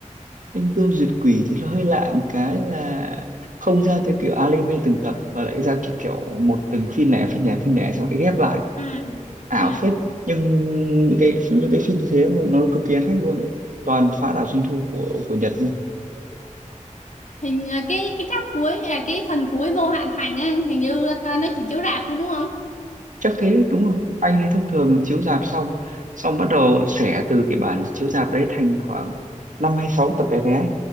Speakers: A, on the right; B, on the left.
A: Thanh Gươm Duyệt Quỷ thì nó hơi lạ một cái là không ra theo kiểu anime từng tập mà lại ra kiểu kiểu một từng phim lẻ phim lẻ phim lẻ xong lại ghép lại
B: ừ
A: ảo
B: ừ
A: phết nhưng những cái những cái phim như thế mà nó cực kỳ ăn khách luôn đấy toàn phá đảo doanh thu của của Nhật
B: hình à, cái cái chap cuối à cái phần cuối vô hạn thành á hình như à, nó chỉ chiếu rạp thôi đúng không
A: chắc thế đúng rồi anh ấy thông thường là chiếu rạp xong xong bắt đầu xẻ từ cái bản chiếu rạp đấy thành khoảng năm hay sáu tập bé bé ấy.